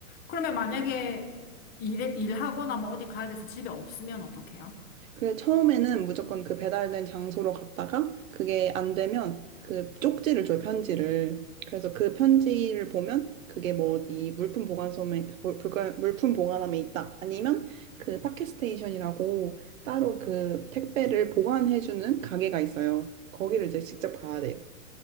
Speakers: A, on the left; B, on the right.
A: 그러면 만약에 일, 일하거나 뭐 어디 가야 돼서 집에 없으면 어떡해요?
B: 그래, 처음에는 무조건 그 배달된 장소로 갔다가 그게 안 되면 그 쪽지를 줘요, 편지를. 그래서 그 편지를 보면 그게 뭐 어디 물품 보관소에, 물- 물 물품 보관함에 있다. 아니면 그 파켓스테이션이라고 따로 그 택배를 보관해주는 가게가 있어요. 거기를 이제 직접 가야 돼요.